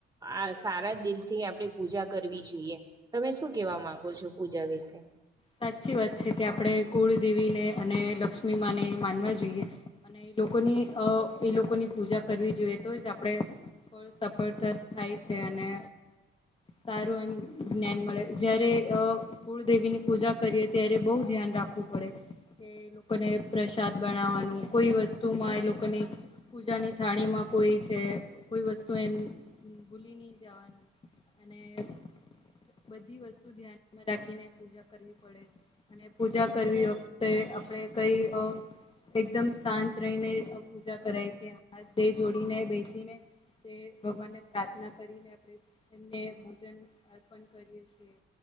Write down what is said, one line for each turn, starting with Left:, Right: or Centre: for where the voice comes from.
Right: આ સારા દિલ થી આપણે પૂજા કરવી જોઈએ, તમે શું કેવા માંગો છો પૂજા વિશે.
Left: સાચી વાત છે કે આપણે કુળદેવીને અને લક્ષ્મી માને માનવા જોઈએ. અને એ લોકોની અ એ લોકોની પૂજા કરવી જોઈએ તો જ આપડણે પણ સફળતા થાય છે અને સારું એમ જ્ઞાન મળે જયારે કુળદેવીની પૂજા કરીએ ત્યારે બહુ ધ્યાન રાખવું પડે. કે લોકોને પ્રસાદ બનાવવાનું કોઈ વસ્તુમાં એ લોકોની પૂજાની થાળીમાં કોઈ છે કોઈ વસ્તુ એમ ભૂલી નહી જવાનું. અને બધી વસ્તુ ધ્યાનમાં રાખીને પૂજા કરવી પડે, અને પૂજા કરવી વખતે આપણે કઈ એકદમ શાંત રહીને પૂજા કરાય કે હા દે જોડીને બેસીને તે ભગવાનને પ્રાર્થના કરીને આપણે એમને ભોજન અર્પણ કરીએ છીએ.